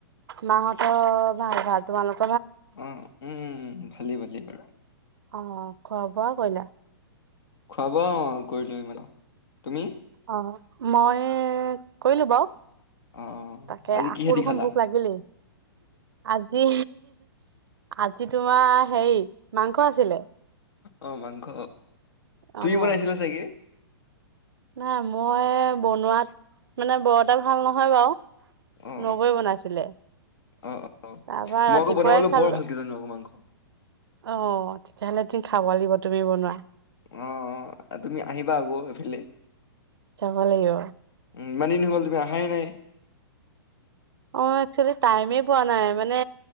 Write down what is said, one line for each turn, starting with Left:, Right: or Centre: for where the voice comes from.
Right: মাহঁতৰ ভাল-ভাল তোমালোক
Left: অ, উম, ভালি-ভালি বাৰু।
Right: অ খোৱাব আৰু কিলা
Left: খুৱাব অ কৰিলো ই তুমি
Right: অ মই কৰিলো বাৰু।
Left: অ অ
Right: তাকে
Left: আজি
Right: আকৌ
Left: কিহেদি
Right: দেখোন
Left: খালা
Right: ভোক লাগিলেই, আজি আজি তোমাৰ হেই মাংস আছিলে
Left: অ মাংস তুমি
Right: আহ
Left: বনাইছিলা চাগে
Right: নাই মই বনোৱাত মানে বৰ এটা ভাল নহয় বাৰু।
Left: অ
Right: নগৈ বনাইছিলে
Left: অ অ অ
Right: তাৰ পৰা
Left: মই
Right: ৰাতিপুৱাই
Left: আকৌ বনাবলৈ
Right: খালো
Left: বৰ ভালকে জানো আকৌ মাংস
Right: অ তেতিয়াহ'লেদম খাব লাগিব তুমি বনোৱা
Left: আহ, তুমি আহিবা আকৌ এইফালে।
Right: যাব লাগিব
Left: ইমান দিন গ'ল তুমি আহাই নাই।
Right: অ একচুৱালী টাইমে পোৱা নাই মানে